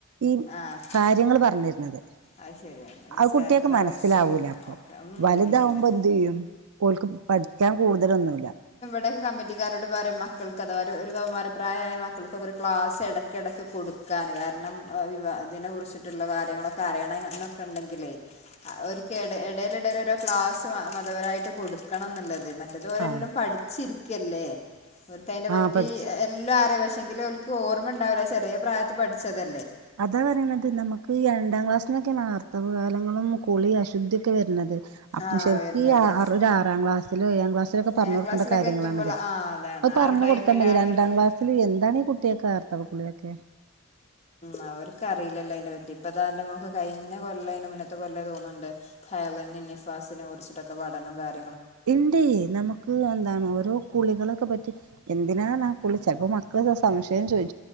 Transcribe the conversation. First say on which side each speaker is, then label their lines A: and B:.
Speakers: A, on the right; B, on the left.
A: ഈ
B: ആഹ്
A: കാര്യങ്ങൾ പറഞ്ഞിരുന്നത്
B: അത് ശരിയാണ് നിസ്കാരത്തിനെ
A: ആ കുട്ടിയക്കെ മനസ്
B: കുറിച്ചും
A: മനസ്സിലാവൂല അപ്പൊ
B: ഒക്കെ ഉം
A: വലുതാവുമ്പോ
B: ഇല്ലല്ലോ
A: എന്ത് ചെയ്യും ഓൾക്ക് പഠിക്കാൻ കൂടുതലൊന്നുമില്ല
B: ടെ കമ്മിറ്റിക്കാരോട് പറയും മക്കൾക്ക് അഥവാ ഒരു കൗമാരപ്രായമായ മക്കൾക്ക് ഒരു ക്ലാസ് ഇടക്കിടക്ക് കൊടു കാന് കാരണം വി അതിനെ കുറിച്ചിട്ടുള്ള കാര്യങ്ങളൊക്കെ അറിയണം എന്നൊക്കെ ഉണ്ടെങ്കിലേ ഒരു കേ ഇട ഇടയില് ഇടയിലീടെ ക്ലാസ് മതപരമായിട്ട് കൊടു ക്കണം എന്നുള്ളത് മറ്റേതുപോലെ
A: ആ
B: എല്ലാം പഠിച്ചിരിക്കല്ലേ അവർക്ക് അതിനെ
A: ആ
B: പറ്റി
A: പഠിച്ചു
B: എല്ലാം അറിയ പക്ഷെങ്കിലും അവർക്ക് ഓർമ്മ ഉണ്ടാവില്ല ചെറിയ പ്രായത്ത് പഠിച്ചതെ
A: അതാ പറയണത് നമുക്ക് രണ്ടാം ക്ലാസ്സിനൊക്കെയാണർ തവ കാലങ്ങളും കുളി അശുദ്ധിയൊക്കെ വരുന്നത് അപ്പൊ
B: ആഹ്
A: ശരിക്കും
B: വരുന്നത്
A: ഈ ആ ഒരു ആറാം ക്ലാസ്സിലും ഏഴാം ക്ലാസ്സിലൊക്കെ പറഞ്ഞു
B: ഏഴാം
A: കൊടുക്കേണ്ട
B: ക്ലാസ്സിലൊക്കെ
A: കാര്യങ്ങളാണിത്
B: എത്തുമ്പോൾ ആ അതാണ്
A: അത് പറഞ്ഞ
B: ആ ഒരു ടൈമിലാണ്
A: കൊടുത്താൽ മതി രണ്ടാം
B: അവർക്ക്
A: ക്ലാസ്സില് എന്താണ് ഈ കുട്ടിയൊക്കെ ആർത്തവ കുള്ളിയൊക്കെ
B: ആ അവർക്ക അറിയില്ലല്ലോ അന്റെ പറ്റി ഇപ്പതാ എന്റെ മുഖ കഴിഞ്ഞ കൊല്ല അന്റെ മുന്നത്തെ കൊല്ല തോന്നുന്നുണ്ട് ഹ ള് നിഫാസെ കുറിച്ചി ഒക്കെ പഠനം കാര്യ
A: ഇണ്ട് നമുക്ക് എന്താണ് ഓരോ കുളികളൊക്കെ പറ്റി എന്തിനാണ് ആ കുളിച്ചത് അപ്പോ മക്കൾ സംശയം ചോദി